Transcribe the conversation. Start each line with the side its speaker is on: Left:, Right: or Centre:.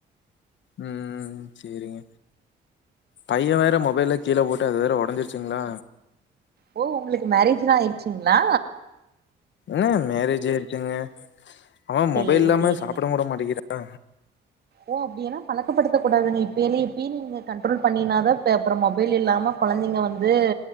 Left: ம் செரிங்க பைய வேற மொபைல்ல கீழ போட்டு அது வேற உடைஞ்சிருச்சுங்களா
Right: ஓ உங்களுக்கு மேரேஜ்லா ஆய்டுச்சுங்களா
Left: ம் மேரேஜ் ஆய்ருச்சுங்க அவ
Right: சேரி
Left: மொபைல் இல்லாம
Right: சேரிங்க
Left: சாப்டவு விட மாட்டேங்கிறா
Right: ஓ அப்டின்னா பழக்கப்படுத்தக் கூடாதுங்க இப்பைலே இப்பயே நீங்க கன்ட்ரோல் பண்ணீனாதா இப்ப அப்பறொ மொபைல் இல்லாம கொழந்தைங்க வந்து